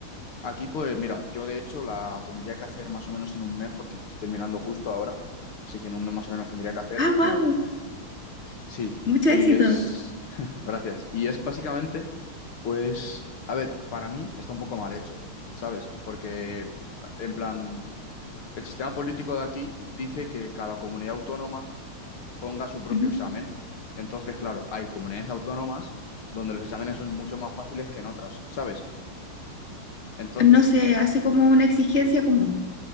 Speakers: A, on the left; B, on the left.
A: Aquí, pues mira, yo de hecho la tendría que hacer más o menos en un mes, porque yo estoy terminando justo ahora, así que en un mes más o menos tendría que hacer
B: Ah,
A: y
B: wow,
A: sí,
B: mucho
A: y
B: éxito.
A: es... <laughs> Gracias. Y es básicamente, pues, a ver, para mí está un poco mal hecho, ¿sabes? Porque, en plan... El sistema político de aquí dice que cada comunidad autónoma ponga su propio
B: Ujú.
A: examen. Entonces, claro, hay comunidades autónomas donde los exámenes son mucho más fáciles que en otras, ¿sabes? Entonces,
B: No se hace como una exigencia común.